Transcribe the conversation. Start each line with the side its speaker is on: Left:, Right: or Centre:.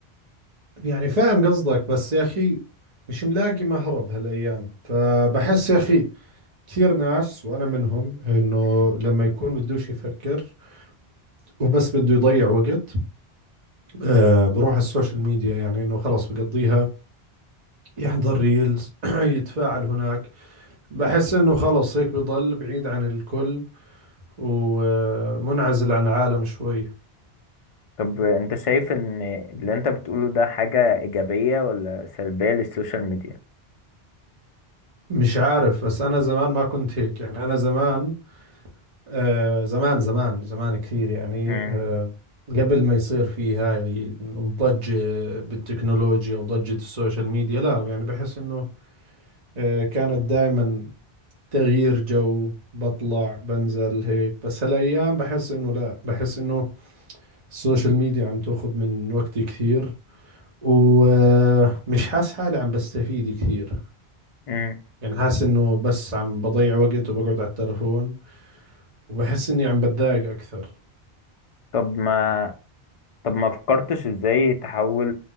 Right: يعني فاهم قصدك بس يا أخي مش ملاقي مهرب هالأيام فبحس يا أخي كثير ناس وأنا منهم إنه
Left: مم.
Right: لما يكون بدوش يفكر وبس بده يضيع وقت آه بروح على السوشيال ميديا يعني إنه خلص بقضيها يحضر ريلز <clears throat> يتفاعل هناك بحس إنه خلص هيك بضل بعيد عن الكل ومنعزل عن العالم شوي
Left: طب انت شايف ان اللي انت بتقوله ده حاجة ايجابية ولا سلبية للسوشيال ميديا
Right: مش عارف بس انا زمان ما كنت هيك يعني انا زمان آه زمان زمان زمان كثير يعني
Left: مم.
Right: آه قبل ما يصير في هاي الضجة بالتكنولوجيا وضجة السوشيال ميديا لا يعني بحس انه آه كانت دائما تغيير جو بطلع بنزل هيك بس هالايام بحس انه لا بحس انه السوشيال ميديا عم تاخذ من وقتي كثير ومش حاسس حالي عم بستفيد كثير
Left: مم.
Right: يعني حاسس انه بس عم بضيع وقت وبقعد على التلفون وبحس إني عم بتضايق أكثر
Left: طب ما طب ما فكرتش ازاي تحول